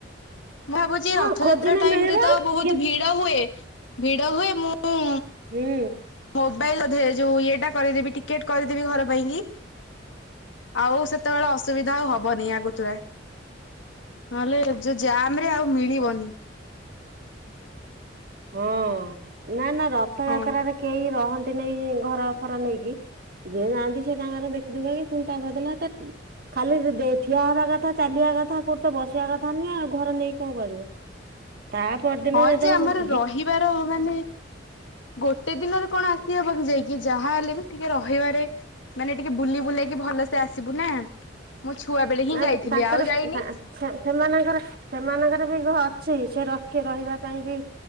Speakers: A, on the left (about 80°); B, on the right (about 55°).
A: ଭାବୁଛି
B: ହଁ
A: ରଥଯାତ୍ରା
B: ଖୋଜିଲେ
A: ଟାଇମ
B: ମିଳିବ
A: ରେ ତ ବହୁତ
B: କି
A: ଭିଡ ହୁଏ ଭିଡ ହୁଏ ମୁଁ।
B: ହୁଁ।
A: ମୋବାଇଲ ବଧେ ଯୋଉ ଇଏଟା କରିଦେବି ଟିକେଟ କରିଦେବି ଘର ପାଇଁ କି। ଆଉ ସେତେବେଳେ ଅ ସୁବିଧା ହବନି ଆଗତୁରା ନହେଲେ ଯଉ ଯା। ମରେ ଆଉ ମିଳିବନି।
B: ଓ ହଁ ନା ନା ରଥଯାତ୍ରାରେ
A: ହଁ।
B: କେହି ରହ ନ୍ତିନି ଘର ଫର ନେଇକି ଯିଏ ଯାଆନ୍ତି ସେ ତାଙ୍କର ଦେଖିଦୁଖା କି ପୁଣି ତା ପର ଦିନ ତ। ଖାଲି ଦେ ଠିଆ ହେବା କଥା ଚାଲିବା କଥା କଉଠି ତ ବସିବା କଥା ନୁହେଁ ଆଉ ଘରେ ନେଇକି କଣ କରିବ। ତା ପରଦିନ
A: ହଁ
B: ଯେତେବେଳେ
A: ଯେ ଆମର
B: ସେ
A: ରହିବାର ମାନେ ଗୋଟେ ଦିନରେ କଣ ଆସିବା ହବ କି ଯାଇ କି ଯାହା ହେଲେ ବି ଟିକେ ରହିବାରେ ମାନେ ଟିକେ ବୁଲି ବୁଲାଇକି ଭଲସେ ଆସିବୁ ନା। ମୁଁ ଛୁଆ ବେଳେ ହିଁ
B: ନା
A: ଯାଇଥିଲି
B: ତାଙ୍କର
A: ଆଉ ଯାଇନି।
B: ତା ସେ-ସେମାନଙ୍କର ସେମାନଙ୍କର ବି ଘ ଅଛି ସେ ରଖି ରହିବା ପାଇଁ ବି